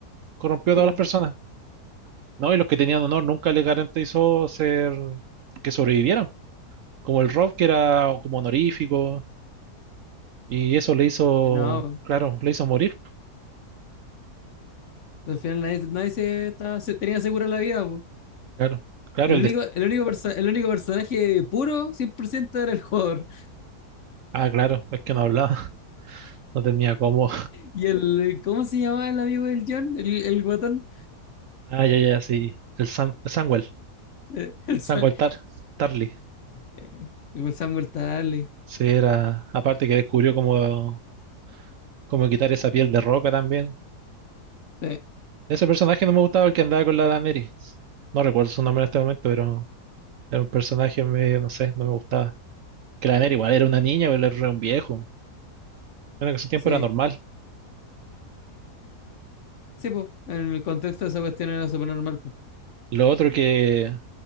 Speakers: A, on the right (about 70°); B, on the left (about 55°).
A: corrompió
B: Sí,
A: a todas
B: pues.
A: las personas. No, y los que tenían honor nunca les garantizó ser que sobrevivieran, como el Rob que era como honorífico y eso le hizo,
B: Que No,
A: claro, le hizo morir.
B: al final nadie, nadie se, estaba- se tenía segura la vida, pues.
A: Claro, claro,
B: El
A: el
B: único,
A: de,
B: el único, perso- el único personaje puro, 100% era el jugador.
A: ah, claro, es que no hablaba, <laughs> no tenía cómo.
B: Y el, ¿cómo se llamaba el amigo del John? El, el guatón.
A: Ah, ya, ya, sí, el Sam, Samwell,
B: El, <laughs> el, Sam-
A: Samwell Tar, Tarly.
B: Eh, y con Samuel Tarly.
A: Sí, era, aparte que descubrió como Como quitar esa piel de roca también.
B: Sí,
A: Ese personaje no me gustaba, el que andaba con la Daenerys. No recuerdo su nombre en este momento, pero era un personaje medio, no sé, no me gustaba. Que la Daenerys igual era una niña, pero era un viejo. Bueno, que en su tiempo
B: sí.
A: era normal.
B: Sí, pues, en el contexto de esa cuestión era súper normal, pues.
A: Lo otro que